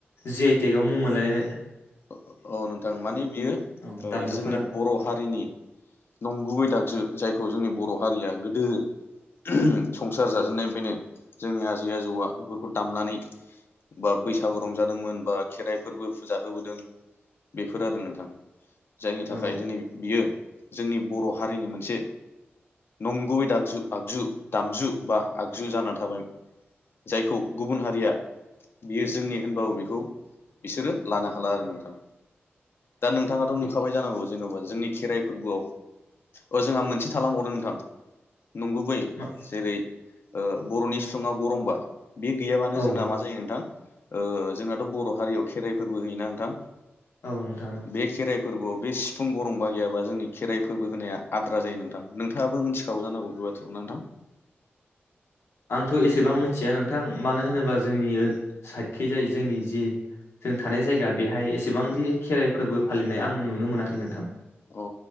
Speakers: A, on the left (about 75°); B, on the left (about 60°).
A: जि आइ तेकआव मुं मोनलाय
B: अ-अ-औ नोंथां माने बेयो ओ
A: औ दामजुफोरा
B: जोंनि बर' हारिनि नंगुबै दागजु जायखौ जोंनि बर' हारिया गो दो <unintelligible> संसार जाजेननायनिफ्रायनो जोंनि आजै आजौआ बेफोरखौ दामनानै बा बैसागु रंजादोंमोन बा खेराइफोरबो फुजा होबो दों बेफोर आरो नोंथां जायनि थाखाय
A: औ
B: दिनै बियो जोंनि बर' हारिनि मोनसे नंगुबैु दागजु आगजु दामजु बा आगजु जानानै थाबाय जायखौ गुबुन हारिया बियो जोंनि होनबाबो बेखौ बिसोरो लानो हा थाला आरो नोंथां दा नोंथाङाथ'
A: बि
B: नुखाबाय जानांगौ जेनेबा जोंनि खेराइ फोरबोआव औ जोंहा मोनसे थालांबावदों नोंथां नंगुबै
A: मा
B: जेरै ओ बर'नि सिफुङा गरंबा बे गैयाबानो
A: औ
B: जोंना मा जायो नोंथां ओ जोंहाथ' बर' हारियाव खेराइफोरबो होयो ना नोंथां
A: औ नोंथां औ
B: बे खेराइ फोरबोआव बे सिफुं गरंबा गैयाबा जोंनि खेराइ फोरबो होनाया आद्रा जायो नोंथां नोंथाङाबो मिथिखागौ जानांगौ बे बाथ्राखौ नोंथां
A: आंथ' एसेबां मिथिया नों थां मानो होनोब्ला जोंनि साइडखैजाय जोंनि जि जों थानाय जायगा बेहाय एसेबांदि खेराइ फोरबो फालिनाय आं नुनो मोनाखै नोंथां
B: औ